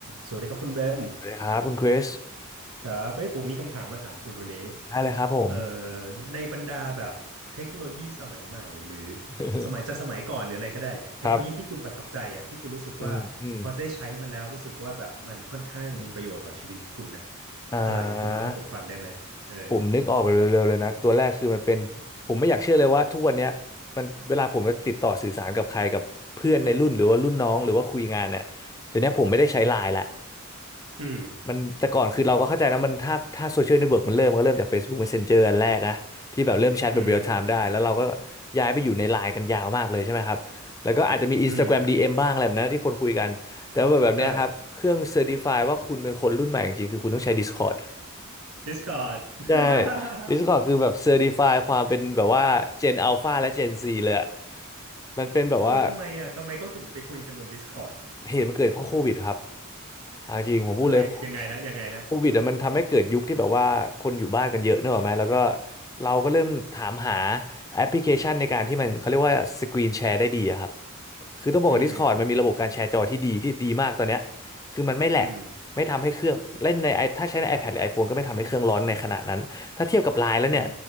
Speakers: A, on the right (about 80°); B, on the left (about 15°).
A: สวัสดีครับคุณเบน
B: สวัสดีครับคุณคริส
A: ครับเฮ้ยผมมีคำถามมาถามคุณวันนี้
B: ได้เลยครับผม
A: เอ่อในบรรดาแบบเทคโนโลยีสมัยใหม่หรือ
B: <laughs>
A: สมัยจะสมัยก่อนหรืออะไรก็ได้ เทคโนโลยีที่คุณประทับใจอ่ะที่คุณรู้สึกว่าพอได้ใช้มันแล้วรู้สึกว่าแบบมันค่อนข้างมีประโยชน์ต่อชีวิตคุณน่ะ
B: ครับอืมอืมอืมอ่า
A: อะไรคุณเล่าให้ผมฟังได้ไหมเออ
B: ผมนึกออกไปเร็วๆเลยนะ ตัวแรกคือมันเป็น ผมไม่อยากเชื่อเลยว่าทุกวันเนี้ยมันเวลาผมจะติดต่อสื่อสารกับใครกับเพื่อนในรุ่นหรือว่ารุ่นน้องหรือว่าคุยงานเนี่ยเดี๋ยวนี้ผมไม่ได้ใช้ไลน์ละ
A: อืม
B: มันแต่ก่อนคือเราก็เข้าใจนะมันถ้าถ้าโซเชียลเน็ตเวิร์กมันเริ่มมันก็เริ่มจาก Facebook Messenger อันแรกอะที่แบบเริ่มแชทแบบเรียลไทม์ได้แล้วเราก็
A: อืม
B: ย้ายไปอยู่ในไลน์กันยาวมากเลยใช่ไหมครับแล้วก็อาจจะมี Instagram
A: อืม
B: DM บ้างอะไรแบบนั้นที่คนคุยกันแต่ว่าแบบเนี้ยครับเครื่องเซอร์
A: ใช่
B: f ิฟายว่าคุณเป็นคนรุ่นใหม่จริงๆคือคุณต้องใช้ Discord
A: Discord
B: ใช่
A: <laughs>
B: Discord คือแบบเซอร์ f ิฟายความเป็นแบบว่า Gen Alpha และ Gen Z เลยอะมันเป็นแบบว่า
A: เออทำไมอ่ะทำไมเขาถึงไปคุยกันบน Discord
B: เหตุมันเกิดเพราะโควิดครับเอาจริงผมพูดเลยโค
A: เออยังยังไงฮะยังไงฮะ
B: โควิดอะมันทำให้เกิดยุคที่แบบว่าคนอยู่บ้านกันเยอะเนกอะไหมแล้วก็เราก็เริ่มถามหาแอปพลิเคชันในการที่มันเขาเรียกว่าสกรีนแชร์ได้ดีอะครับ คือต้องบอกว่า
A: อืม
B: Discord มันมีระบบการแชร์จอที่ดีที่ดีมากตอนเนี้ยคือมันไม่แหลกไม่ทำให้เครื่องเล่นใน
A: อืม
B: i- ถ้าใช้ใน iPad หรือ iPhone ก็ไม่ทำให้เครื่องร้อนในขณะนั้น ถ้าเทียบกับ Line แล้วเนี่ย
A: อื